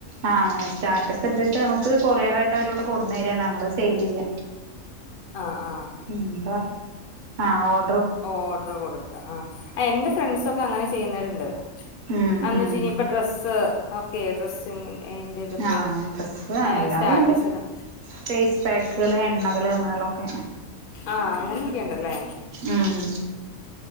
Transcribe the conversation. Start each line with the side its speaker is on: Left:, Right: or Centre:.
Right: ആ അങ്ങനെ സ്റ്റാറ്റസ് ഇട്ടിട്ട് നമുക്ക്- ഇവരവിടെ കൊടുന്ന തരിണ് നമ്മള് സെയിതുല്ല
Left: ആഹ് ആഹ്
Right: ഉം <unintelligible> ആഹ്‌ ഓ-
Left: ഓ ഓർഡകൊടുക്ക ആഹ്‌ എന്റെ ഫ്രണ്ട്സൊക്കെ അങ്ങനെ ചെയ്യുന്നവരുണ്ട്
Right: ഉം
Left: അന്നുച്ച്യ്ഞ്ഞ
Right: ഉം
Left: ഡ്രസ്സ് ഓക്കെ ഡ്രസ്സ് <unintelligible> ന്റെ തൊക്കെ
Right: ആഹ് ഡ്രസ്സ്
Left: ഏഹ്‌
Right: എല്ലാതും
Left: സ്റ്റാറ്റസ്
Right: ഉണ്ട്
Left: ഇടാ
Right: ഫേസ് പാക്കുകള് എണ്ണകള് അങ്ങനെയുള്ളൊക്കെ
Left: ആഹ് അങ്ങനെയൊക്കെണ്ടല്ലേ
Right: ഉം